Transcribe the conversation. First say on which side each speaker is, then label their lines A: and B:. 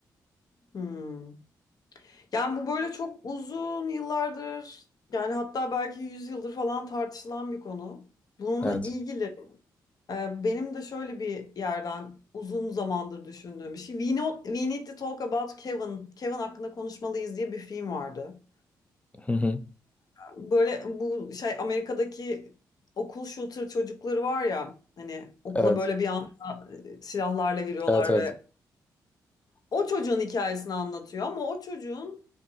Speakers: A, on the left; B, on the left.
A: Hmm. Yani bu böyle çok uzun yıllardır yani hatta belki yüzyıldır falan tartışılan bir konu. Bununla
B: Evet.
A: ilgili e, benim de şöyle bir yerden uzun zamandır düşündüğüm bir şey. We, Know- We Need to Talk About Kevin. Kevin hakkında konuşmalıyız diye bir film vardı.
B: Hı hı.
A: Böyle bu şey Amerika'daki okul shooter çocukları var ya hani okula
B: Evet.
A: böyle bir anda e, silahlarla giriyorlar
B: Evet evet.
A: ve O çocuğun hikayesini anlatıyor ama o çocuğun